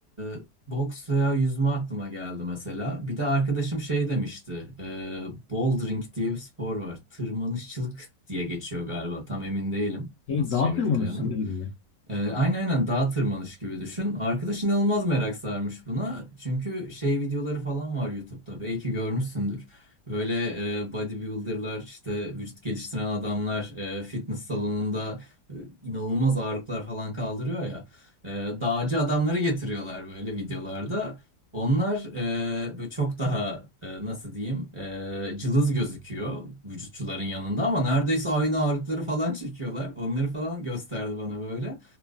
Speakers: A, on the right; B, on the left.
A: eee, boks veya yüzme aklıma geldi mesela. Bir de arkadaşım şey demişti. eee bouldering diye bir spor var. Tırmanışçılık diye geçiyor galiba. Tam emin değilim
B: Şey,
A: nasıl
B: dağ
A: çevirdiklerine.
B: tırmanışçılığı gibi mi?
A: Ee, aynen aynen dağ tırmanış gibi düşün. Arkadaş inanılmaz merak sarmış buna. Çünkü şey videoları falan var YouTube'da. Belki görmüşsündür. Böyle e, bodybuilder'lar işte vücut geliştiren adamlar e, fitness salonunda e, inanılmaz ağırlıklar falan kaldırıyor ya. E, dağcı adamları getiriyorlar böyle videolarda. Onlar e, böyle çok daha e, nasıl diyeyim e, cılız gözüküyor vücutçuların yanında ama neredeyse aynı ağırlıkları falan çekiyorlar. Onları falan gösterdi bana böyle.